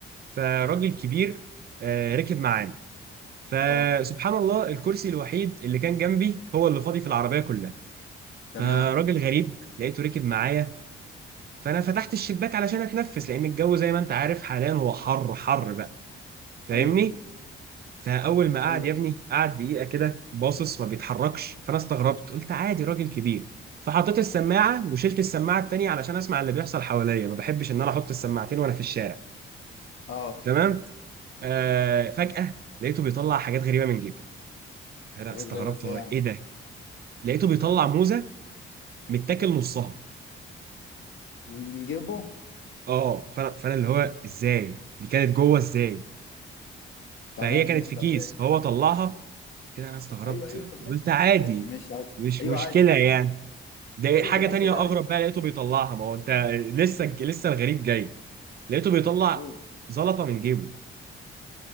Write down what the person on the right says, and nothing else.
فراجل كبير آه، ركب معانا فسبحان
الله الكرسي الوحيد اللي كان جنبي هو اللي فاضي في العربيه كلها
فراجل غريب لقيته ركب معايا فانا فتحت الشباك علشان اتنفس لان الجو زي ما انت عارف حاليا هو حر حر بقى فاهمني
فاول ما قعد
يا ابني قعد دقيقه كده باصص ما بيتحركش فانا استغربت قلت عادي راجل كبير فحطيت السماعه وشلت السماعه التانيه علشان اسمع اللي بيحصل حواليا ما بحبش ان انا احط السماعتين وانا في الشارع
تمام آه فجاه لقيته بيطلع حاجات غريبه من جيبه انا
استغربت
هو
ايه ده لقيته بيطلع موزه متاكل نصها
اه فانا فانا اللي هو ازاي دي كانت جوه ازاي
فهي كانت
في
كيس فهو طلعها كده انا استغربت
قلت عادي
مش
مشكله
يعني ده
حاجة
تانية
أغرب بقى لقيته بيطلعها ما هو أنت لسه لسه الغريب جاي لقيته بيطلع
زلطة من جيبه